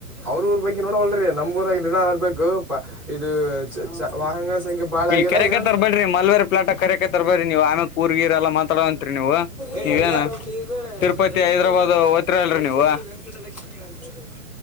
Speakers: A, in the centre; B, on the left.
A: ಅವ್ರ ಊರ್ ಬಗ್ ನೋಡ ಹೊಲ್ ನಮ್ಊರಾಗಿ ದಡರ್ಬೇಕು ಪಾ ಇದು <unintelligible> ವಾಹನಗಳ ಸಂಖ್ಯೆ ಬಾಳ
B: ಇಲ್ಲಿ
A: ಆಗದ
B: ಕರೆಕತ್ತಾರ
A: ಏನು.
B: ಬಡ್ರಿ ಮಲ್ವೇರಿ ಫ್ಲಾಟಾಗ್ ಕರೆಯಕತಾರ್ ಬರ್ರಿ ನೀವು ಆಮೇಕ್ ಉರ್ ಗಿರ್ ಎಲ್ಲ ಮಾತಾಡೋಂತತ್ರಿ ನೀವು
A: <unintelligible> ಇದ್ದಾಳೆ
B: ನೀವೇನ ತಿರುಪತಿ
A: ರವಿ
B: ಹೈದ್ರಾಬಾದ್
A: ತೇಜ್ ಅಂತ
B: ಓತಿರಲ್ರಿ
A: ರವಿ
B: ನೀವು
A: ತೇಜ್ ವೆಂಕಟಲಕ್ಷ್ಮಿ ಅಂತೇಳಿ.